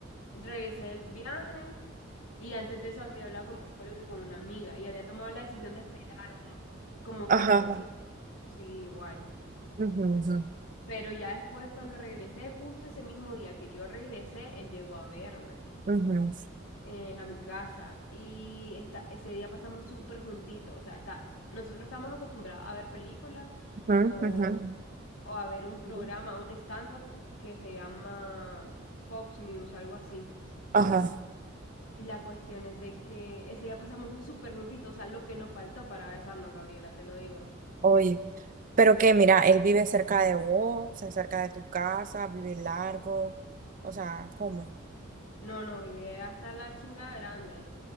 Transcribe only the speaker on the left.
regresé del viaje y antes de eso había hablado con mi psicólogo y con una amiga y había tomado la decisión de esperar un- como
para ver si seguía igual.
Pero ya después, cuando regresé, justo ese mismo día que yo regresé, él llegó a verme
eh, a mi casa y esta- ese día pasamos súper juntitos. O sea, está, nosotros estamos acostumbrados a ver películas
o, o a ver un programa,
un stand-up que se llama Fox News, algo así.
Y la cuestión es de que ese día pasamos súper juntitos, o sea, lo que nos faltó para besarnos, Gabriela, te lo digo.
No, no, viví hasta la chingada grande.